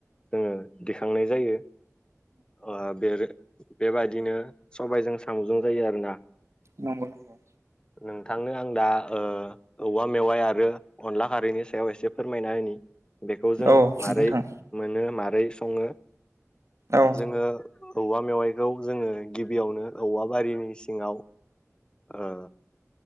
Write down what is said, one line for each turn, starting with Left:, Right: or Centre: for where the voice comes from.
Left: जोङो दिखांनाय जायो। ओ बे रो बेबायदिनो सबायजों सामु'जों जायो आरोना।
Right: नंगौ नंगौ।
Left: नोंथांनो आं दा ओ औवा मेवाइ आरो अनला खारैनि सायाव एसे फोरमायना होनि। बेखौ जों
Right: औ
Left: मारै
Right: नोंथां
Left: मोनो मारै सङो
Right: औ
Left: जोङो औवा मेवाइखौ जोङो गिबियावनो औवा बारिनि सिङाव ओ